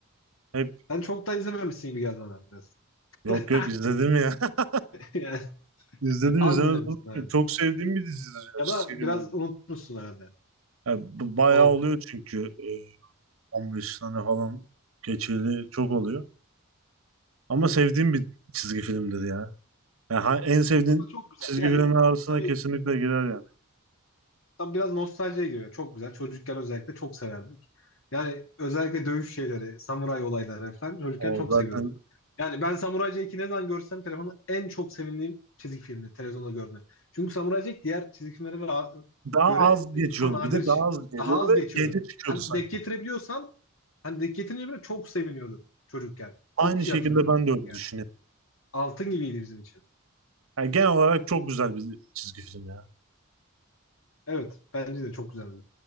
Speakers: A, on the right; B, on the left.
A: hep
B: Sen çok da izlememişsin gibi geldi bana biraz.
A: yok
B: <laughs>
A: yok izledim ya. <laughs>
B: Yani
A: İzledim
B: az
A: izlemez
B: izlemişsin
A: olur
B: herhalde.
A: muyum? Çok sevdiğim bir dizidir ya
B: Ya
A: çizgi
B: da
A: film.
B: biraz unutmuşsun herhalde.
A: Yani bu bayağı
B: Olabilir.
A: oluyor çünkü e, 15 tane falan geçeli çok oluyor. Ama sevdiğim bir çizgi filmdir ya. Yani ha- en sevdiğin
B: Ama çok güzeldi.
A: çizgi
B: Yani
A: filmler arasına
B: tabii
A: kesinlikle girer yani.
B: Tam biraz nostaljiye giriyor. Çok güzel. Çocukken özellikle çok severdik. Yani özellikle dövüş şeyleri, samuray olayları falan çocukken
A: O
B: çok
A: zaten
B: seviyorduk. Yani ben Samuray Jack'i ne zaman görsem telefonda en çok sevindiğim çizgi filmi televizyonda görme. Çünkü Samuray Jack diğer çizgi filmlere ra-
A: daha
B: göre
A: az geçiyordu.
B: e, daha nadir
A: Bir de
B: şey.
A: daha az geliyordu
B: Daha az
A: ve
B: geçiyordu.
A: gece çıkıyordu
B: Hani
A: sanki.
B: denk getirebiliyorsan hani denk getirince bile çok seviniyorduk çocukken.
A: Aynı
B: Çok
A: şekilde
B: iyi hatırlıyorum.
A: ben de öyle
B: Yani
A: düşünüyorum.
B: altın gibiydi bizim için.
A: Yani genel olarak çok güzel bir çizgi film ya.
B: Evet bence de çok güzeldi.